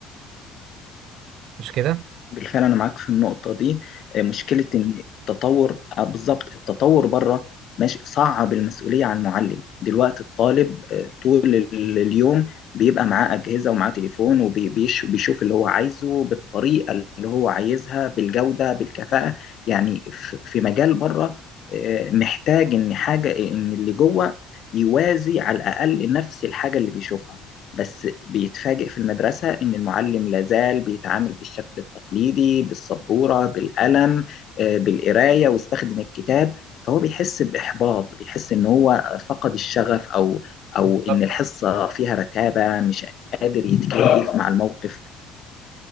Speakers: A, on the right; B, on the left.
A: مش كده
B: بالفعل انا معاك في النقطه دي آه، مشكله ان التطور آه، بالظبط التطور بره ماشي صعب المسؤوليه على المعلم دلوقتي الطالب آه، طول ال- اليوم بيبقى معاه اجهزه ومعاه تليفون وبيشوف اللي هو عايزه بالطريقه اللي هو عايزها بالجوده بالكفاءه يعني ف- في مجال بره آه، محتاج ان حاجه ان اللي جوه يوازي على الاقل نفس الحاجه اللي بيشوفها بس بيتفاجئ في المدرسة إن المعلم لازال بيتعامل بالشكل التقليدي بالسبورة بالقلم آه، بالقراية واستخدم الكتاب فهو بيحس بإحباط بيحس إن هو فقد الشغف أو أو
A: بالظبط.
B: إن الحصة فيها رتابة مش قادر يتكيف مع الموقف